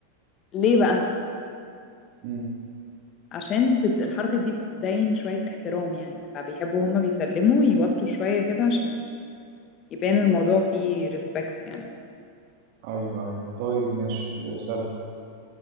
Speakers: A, on the left (about 30°); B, on the right (about 45°).
A: ليه بقى
B: مم.
A: عشان بت... الحركة دي بتبين شوية احترام يعني فبيحبوا هما بيسلموا يوطوا شوية كده عشان يبان الموضوع فيه ريسبكت يعني
B: ايوه ايوه طيب ماشي اسألي